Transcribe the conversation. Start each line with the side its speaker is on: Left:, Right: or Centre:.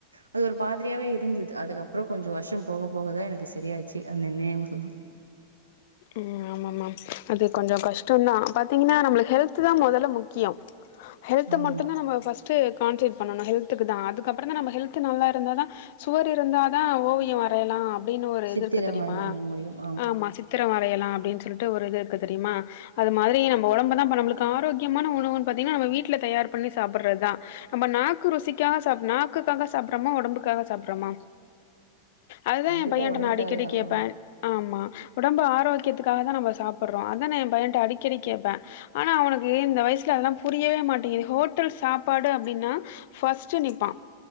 Right: அது ஒரு மாதிரியாவே இருந்தது அதுக்கப்புறொ கொஞ்ச வருஷொ போக போகதா எனக்கு சரியாச்சு அந்த நெவுகள்
Left: ம் ஆமாமா அது கொஞ்ச கஷ்டதா பாதீங்கனா நமளுகு ஹெல்த் தா முதல முக் கியம் ஹெல்த
Right: ஆமா
Left: மட்டும் தான் நம்ம பஸ்ட்டு கான்சட் பண்ணணும் ஹெல்த்துக்கு தான் அதுக்கப்புறம் தான் நம்ம ஹெல்த் நல்லா இருந்தா தான் சுவர் இருந்தா தான் ஓவியம் வரையலாம் அப்டினு ஒருவ
Right: சித்திர
Left: இது ஓரூ கு தெரியுமா
Right: வரைய முடியும்
Left: ஆமா சி வரையலாம் அப்படின்னு சொல்லிட்டு ஒரு இது இருக்கு தெரியுமா அது மாதிரி நம்ம உடம்பு தான் நம்மளுக்கு ஆரோக்கியமான உணவு பாத்தீங்கன்னா நம்ம வீட்டுல தயார் பண்ணி சாப்பிடுறதுதான் நம்ம நாக்கு ருசிக்காக நாக்குக்காக சாப்படுறோமா உடம்புக்காக சாப்படுறோமா அதுதான்
Right: கண்டிப்பா
Left: என் பையன்ட்ட
Right: ஒடம்புக்காகதா
Left: நான் அடிக்கடி கேட்பேன்
Right: ஆ
Left: ஆமா ஒடம்பு ஆரோகியதுகாக தா நம்ம சாபிறோ அ நானு என் பையன்ட அடிக்கடி கேட்பேன் ஆனா அவனுக்கு இந்த வயசு அதெல்லா புரியவே மாட்டேங்குது ஹோட்டல் சாப்பாடு அப்படின்னா ஃபஸ்டு நிப்பான்